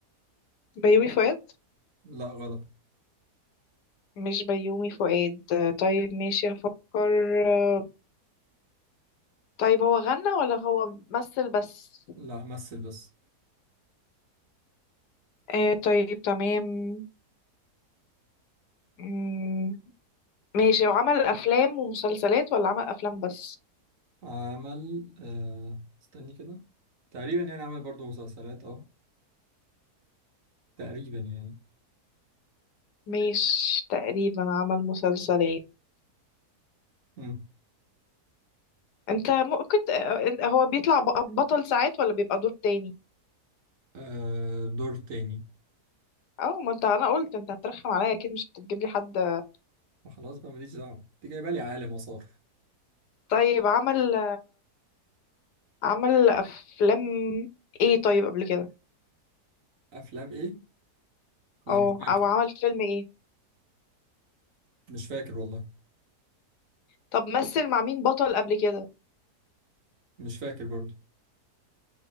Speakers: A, on the left; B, on the right.
A: بيومي فؤاد
B: لا غلط
A: مش بيومي فؤاد آه طيب ماشي هفكر آه طيب هو غنى ولا هو مثل بس
B: لا مثل بس
A: آه طيب تمام مم، ماشي هو عمل افلام ومسلسلات ولا عمل افلام بس
B: عمل آه استني كده تقريبا يعني عمل برضو مسلسلات اه تقريبا يعني
A: مش تقريبا عمل مسلسلات
B: مم.
A: انت ممكن ت- انت- هو بيطلع ب- بطل ساعات ولا بيبقى دور تاني
B: آه دور تاني
A: اه ما انت انا قلت انت هترخم عليا اكيد مش هتجيب لي حد
B: ما خلاص بقى ماليش دعوة انت جايبه لي عالم وصار
A: طيب عمل عمل افلام ايه طيب قبل كده
B: افلام ايه لا
A: اه
B: مش فاكر
A: او عمل فيلم ايه
B: مش فاكر والله
A: طب مثل مع مين بطل قبل كده
B: مش فاكر برضو